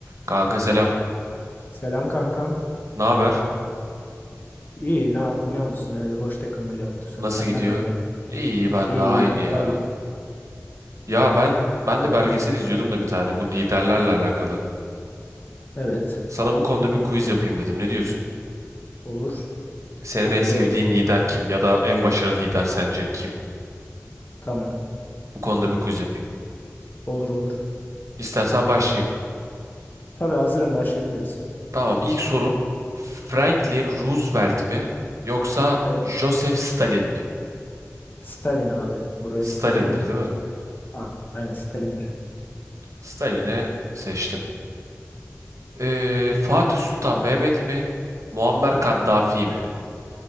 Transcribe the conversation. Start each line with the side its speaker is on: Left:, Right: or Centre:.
Right: Kanka selam.
Left: Selam kankam.
Right: Ne haber?
Left: İyi ne, ne olsun öyle boş takılmaca hafta sonu
Right: Nasıl
Left: senden
Right: gidiyor?
Left: ne haber?
Right: İyi ben
Left: İyi
Right: de aynı
Left: iyi güzel
Right: ya.
Left: gidiyor.
Right: Ya ben ben de belgesel izliyordum da bir tane bu liderlerle alakalı.
Left: Evet
Right: Sana bu konuda bir quiz yapayım dedim. Ne diyorsun?
Left: olur.
Right: Senin
Left: Çok
Right: en
Left: güzel
Right: sevdiğin
Left: olur.
Right: lider kim ya da en başarılı lider sence kim?
Left: Tamam.
Right: Bu konuda bir quiz yapayım.
Left: Olur olur.
Right: İstersen başlayayım.
Left: Tabii hazırım başlayabiliriz.
Right: Tamam, ilk sorum Franklin Roosevelt mi yoksa
Left: Evet.
Right: Joseph Stalin mi?
Left: Stalin abi. Buraya
Right: Stalin'dir
Left: Stalin.
Right: değil mi?
Left: A- Aynen Stalin'dir.
Right: Stalin'i seçtim. Ee, Fatih Sultan Mehmet mi? Muammer Kaddafi mi?